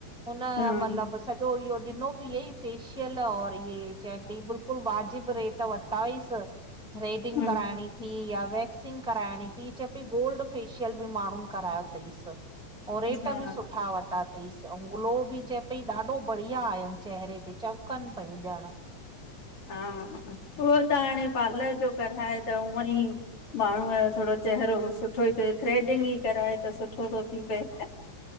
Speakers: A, in the centre; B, on the left.
A: हुन
B: हम्म
A: मतलबु सॼो इहो ॾिनो बि इयंई फेशियल और इये चए पई बिल्कुल वाजिब रेट वरता हुईस। थ्रेडिग
B: हम्म
A: कराइणी थी या वैक्सिग कराइणी ही चए पई गोल्ड फेशियल बि माण्हुन करायो तईस अऊं रेट
B: हा
A: बि सुठा वर्ता तईं। तईस अऊं ग्लो बि चए पई ॾाढो बढ़िया आयुन चेहरे ते चमकन पयू ॼण।
B: हा, उहो त हाणे पार्लर जो कराए त ऊअं ई माण्हूअ जो थोरो चहिरो सुठो ई थिए थ्रेडिग ई कराए त सुठो थो थी पए।